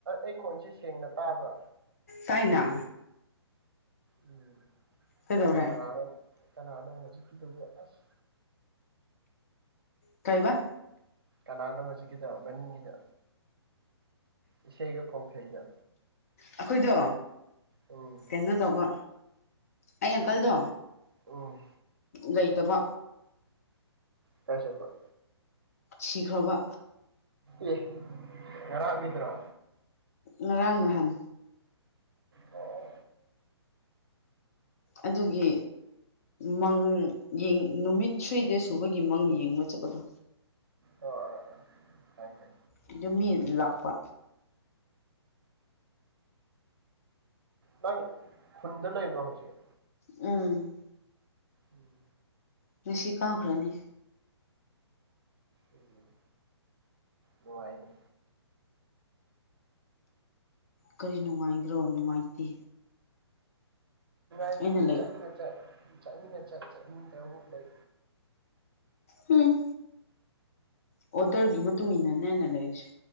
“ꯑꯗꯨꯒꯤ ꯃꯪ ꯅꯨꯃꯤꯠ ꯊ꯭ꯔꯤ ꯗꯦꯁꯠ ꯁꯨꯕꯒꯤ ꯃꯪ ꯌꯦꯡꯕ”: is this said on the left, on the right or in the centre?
Left